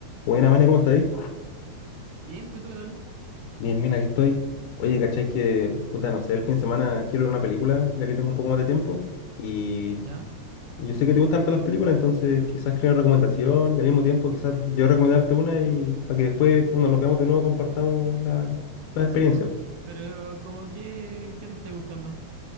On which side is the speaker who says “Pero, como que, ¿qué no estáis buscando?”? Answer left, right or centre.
Right